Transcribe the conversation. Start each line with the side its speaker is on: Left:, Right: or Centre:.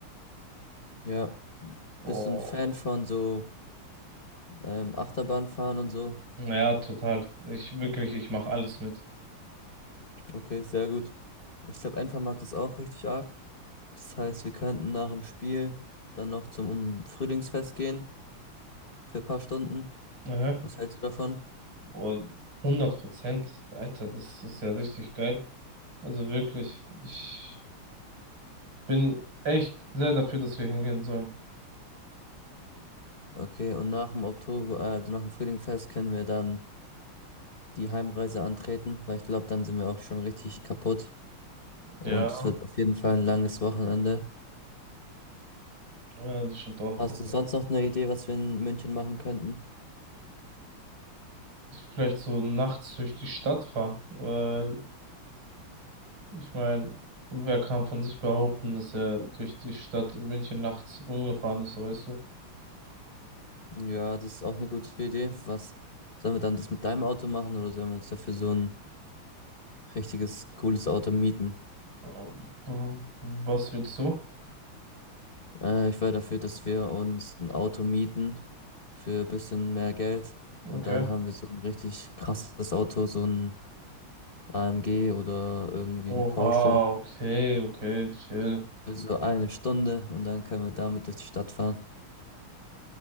Left: Ja.
Right: Boah.
Left: Bist du ein Fan von so ähm, Achterbahnfahren und so?
Right: Ja, total. Ich wirklich, ich mache alles mit.
Left: Okay, sehr gut. Ich glaube, Enfer mag das auch richtig arg. Das heißt, wir könnten nach dem Spiel dann noch zum Frühlingsfest gehen für ein paar Stunden.
Right: Mhm.
Left: Was hältst du davon?
Right: Oh, hundert Prozent. Alter, das ist ja richtig geil. Also wirklich, ich bin echt sehr dafür, dass wir hingehen sollen.
Left: Okay, und nach dem Oktober, äh, also nach dem Frühlingsfest können wir dann die Heimreise antreten, weil ich glaube, dann sind wir auch schon richtig kaputt und
Right: Ja,
Left: es wird auf jeden Fall ein langes Wochenende.
Right: ja, das stimmt auch.
Left: Hast du sonst noch eine Idee, was wir in München machen könnten?
Right: Vielleicht so nachts durch die Stadt fahren, weil ich meine, wer kann von sich behaupten, dass er durch die Stadt in München nachts rumgefahren ist, weißt du?
Left: Ja, das ist auch eine gute Idee. Was sollen wir dann das mit deinem Auto machen oder sollen wir uns dafür so ein richtiges cooles Auto mieten?
Right: Ähm, Was willst du?
Left: Äh, ich wäre dafür, dass wir uns ein Auto mieten für ein bisschen mehr Geld
Right: Okay.
Left: und dann haben wir so ein richtig krasses Auto, so ein AMG oder irgendwie
Right: Oha,
Left: ein Porsche.
Right: okay, okay, chill.
Left: für so eine Stunde und dann können wir damit durch die Stadt fahren.